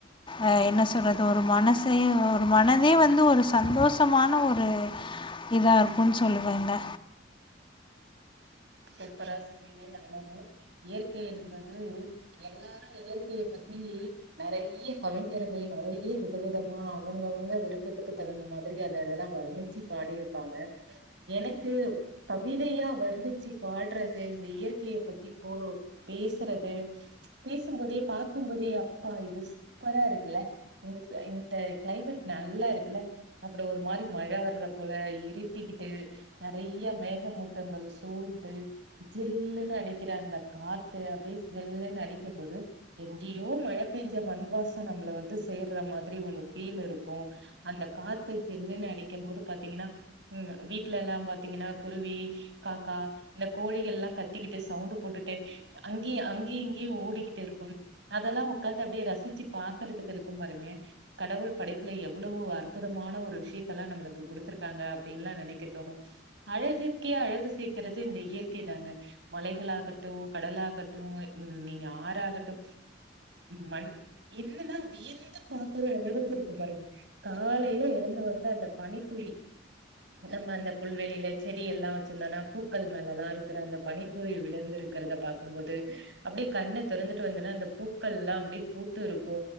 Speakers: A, on the left; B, on the right.
A: அ என்ன சொல்றத் அது ஒரு மனசயு ஒரு மனதயு வந்து ஒரு சந்தோஷமான ஒரு இதாயிருகுன்னு சொல்லுவேங்க
B: சூப்பரா சொன்னீங்க நல்லது இயற்கை என்பது எல்லாரு இயற் கைய பத்தி நெறைய்யா கவிஞர்கள் நெறையா விதவிதமா அவுங்கவுங்க விருப்பத்துக்கு தகுந்த மாதிரி அத அதெல்லா வர்ணி ச்சு பாடிருப்பாங்க எனக்கு கவிதையா வர்ணிச்சு பாட்றது இந்த இயற்கைய பத்தி போ <unintelligible> பேசறது பேசும்போதே பாக்குபோதே அப்பா இது சூப்பரா இருக்குல்ல இந்த ச இந்த கிளைமேட் நல்லா இருக்குல்ல அப்ரோ ஒரு மாரி மழ வர்றதபோல இருட்டிக்கிட்டு நெறையா மேகமூட்டங்கள் சூழ் ந்து ஜில்லுன்னு அடிக்கற அந்த காத்து அப்டியே ஜில்லுன்னு அடிக்குபோது எங்கயோ மழ பேஞ்ச மண்வாசோ நம்ள வந்து சேர்ற மாதிரி ஒரு ஃபீல் இருக்கு அந்த காத்து ஜில்லுன்னு அடிக்கம் போது பாத்தீங்கன்னா ம் வீட்ல எல்லா பாத்தீங்கன்னா குருவி காக்கா இந்த கோழிகள்ல்லா கத்திக்கிட்டு சவுண்டு போட்டுட்டு அங்கய அங்யு இங்யு ஓடிக்கிட்டிருக்கு அதெல்லா உக்காந்து அப்டியே ரசிச்சு பாக்கறதுக்கு இருக்கு பாருங்க கடவுள் படைப்புல எவ்ளவு அற்புதமான ஒரு விஷ்யத்தல்லா நம்ளுக்கு குடுத்துருக்காங்க அப்டின்ல்லா நெனைக்க தோணு அழகுக்கே அழகு சேக்கறத் து இந்த இயற்கை தாங்க மலைகளாகட்டு கடலாகட்டு நீங்க ஆறாகட்டு மண் என்னன்னா வியந்து பாக்கற அளவுக்கு இருக்கும் பாருங்க காலைல எழுந்து வந்தா அந்த பனித்துளி நம்ம அந்த புல்வெளில செடி எல்லா வச்சிருந்தோனா பூ பூக்கள் மேலல்லா இருக்குற அந்த பனித்துளி விழுந்திருக்கறத பாக்கு போது அப்டியே கண்ண தெறந்துட்டு வந்தன்னா அந்த பூக்கள்ல்லா அப்டியே பூத்திருக்கு